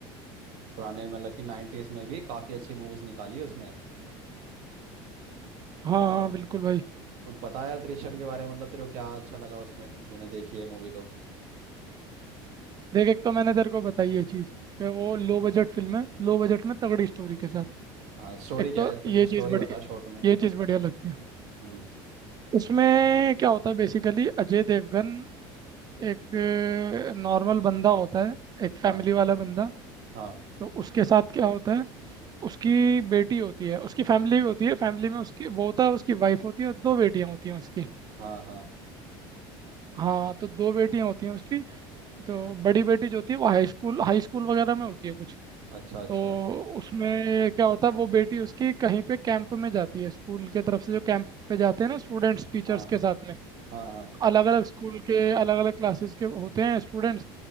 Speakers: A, on the right; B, on the right.
A: पुराने मतलब कि नाइन्टीज में भी काफी अच्छी मूवीज निकाली है उसने
B: हाँ हाँ
A: का
B: बिल्कुल भाई
A: कुछ बता यार दृश्यम के बारे में मतलब तेरे को क्या अच्छा लगा उसमें तूने देखी है मूवी तो
B: देख एक तो मैंने तेरे को बताई ये चीज़ कि वो लो बजट फिल्म है लो बजट में तगड़ी स्टोरी के साथ
A: हाँ स्टोरी
B: एक
A: क्या
B: तो
A: है कुछ
B: ये
A: स्टोरी
B: चीज़ बड़ी
A: बता शॉर्ट में
B: ये चीज़ बढ़िया लगती है
A: हम्म
B: इसमें क्या होता है बेसिकली अजय देवगन एक नॉर्मल बंदा होता है एक फैमिली
A: हाँ
B: वाला बंदा
A: हाँ
B: तो उसके साथ क्या होता है उसकी बेटी होती है उसकी फैमिली होती है फैमिली में उसकी वो होता है उसकी वाइफ होती है और दो बेटियां होती हैं उसकी
A: हाँ हाँ
B: हाँ तो दो बेटियां होती हैं उसकी तो बड़ी बेटी जो होती है वो हाई स्कूल हाई स्कूल वगैरह में होती है कुछ
A: अच्छा अच्छा
B: तो उसमें क्या होता है वो बेटी उसकी कहीं पे कैंप में जाती है स्कूल के तरफ से जो कैंप पे जाते हैं ना स्टूडेंट्स टीचर्स
A: हाँ
B: के साथ में
A: हाँ हाँ
B: अलग अलग स्कूल के अलग अलग क्लासेस के होते हैं स्टूडेंट्स